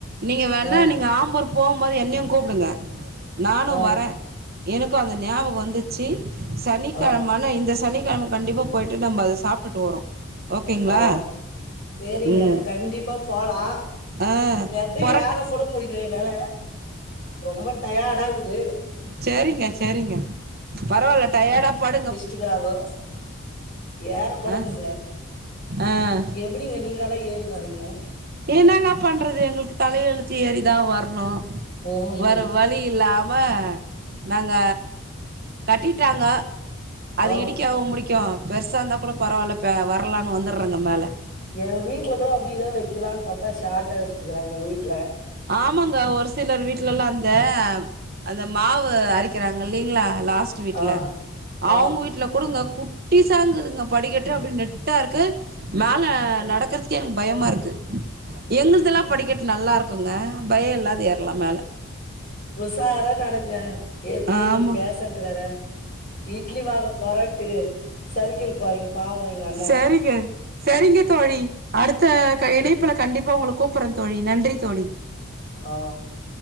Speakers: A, on the right; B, on the left.
A: நீங்க வேண்ணா
B: ஆ
A: நீங்க ஆம்பருப் போம்போது என்னியுங் கூப்டுங்க நானு
B: ஆ
A: வரே எனக்கு அந்த ஞாபகோ வந்துச்சி சனிக்கெழம
B: ஆ
A: ஆனா இந்த சனிக்கெழம கண்டிப்பா போயிட்டு நம்ப அத சாப்டுட்டு வரோ ஓகேங்களா
B: ஓ சேரிங்க
A: ம்
B: கண்டிப்பா போலா
A: ஆ
B: மெத்த
A: பொரட்
B: ஏறக் கூட முடில என்னால ரொம்ப டயேடா இகுது
A: சேரிங்க சேரிங்க பரவால்ல டயேடாப் படுங்க
B: திகறாங்கோ ஏறக் கூட
A: ஆ
B: முல்ல
A: ஆ
B: எப்டிங்க நீங்களா ஏறி வரீங்க
A: என்னாங்காப் பண்றது எங்ளுக்கு தலையெழுத்து ஏறிதா வர்ணு
B: ம்ஹும்
A: வேற வழி இல்லாம நாங்க கட்டிட்டாங்க அது
B: ஆ
A: இடிக்கவா முடிக்கு பெருசாந்தாக் கூடப் பரவால்ல பே வர்லான் வந்தர்றங்க மேல
B: எங் வீட்ல கூட அப்டிதா வெக்கிலான் பாத்தா ஷாட்டா வெச்ட்டுகறாங்க எங்க வீட்ல
A: ஆமாங்க ஒரு சிலர் வீட்டு த அந்த மாவு அரைக்கிறாங்க இல்லீங்ளா லாஸ்ட்டு வீட்ல
B: ஆ
A: அவுங்க
B: ஆ
A: வீட் ட்ல குடுங்க குட்டிசாங்குதுங்கப் படிக்கட்டு அப்டி நெட்டா இருக்கு மேல
B: ம்
A: நடக்கறது கே எனக்கு பயமாருக்கு எங்ளுதெல்லாப்
B: ம்
A: படிக்கட் நல்லாருக்குங்க பய இல்லாது ஏற்லாம் மேல
B: உசாரா நடங்க ஏற்கனே
A: ஆமா
B: நீங்க பேசன்ட்டு வேற இட்லி வாக போறோட்டு சறுக்கிரு போறிங்க பாவோ எங்க அண்ணே
A: சேரிங்க சரிங்க தோழி அடுத்த க இணைப்புல கண்டிப்பா உங்கள கூப்பர்றேந் தோழி நன்றித் தோழி
B: ஆ